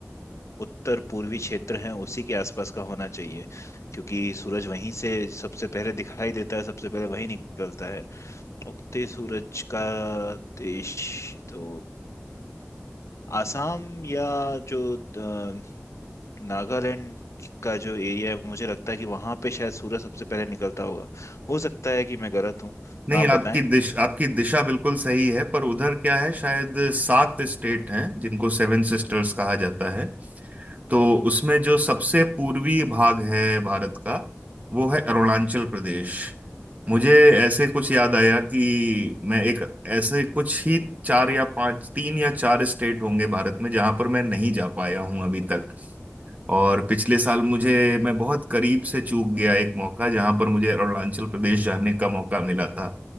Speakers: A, on the left; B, on the right.
A: उत्तर पूर्वी क्षेत्र हैं उसी के आसपास का होना चाहिए क्योंकि सूरज वहीं से सबसे पहले दिखाई देता है सबसे पहले वहीं निकलता है उगते सूरज का देश तो आसाम या जो अ, नागालैंड का जो एरिया है मुझे लगता है कि वहां पे शायद सूरज सबसे पहले निकलता होगा हो सकता है कि मैं गलत हूँ
B: नहीं
A: आप
B: आपकी
A: बताएं
B: दिश आपकी दिशा बिल्कुल सही है पर उधर क्या है शायद सात स्टेट हैं जिनको सेवन सिस्टर्स कहा जाता है तो उसमें जो सबसे पूर्वी भाग है भारत का वो है अरुणाचल प्रदेश मुझे ऐसे कुछ याद आया कि मैं एक ऐसे कुछ ही चार या पांच तीन या चार स्टेट होंगे भारत में जहां पर मैं नहीं जा पाया हूं अभी तक और पिछले साल मुझे मैं बहुत करीब से चूक गया एक मौका जहां पर मुझे अरुणाचल प्रदेश जाने का मौका मिला था